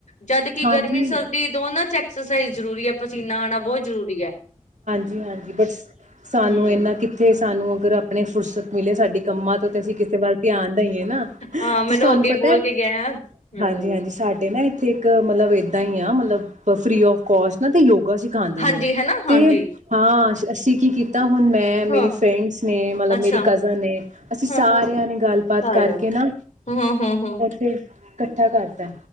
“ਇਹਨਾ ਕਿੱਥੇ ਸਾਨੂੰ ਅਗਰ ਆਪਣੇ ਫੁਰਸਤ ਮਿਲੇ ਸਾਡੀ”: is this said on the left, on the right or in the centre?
Right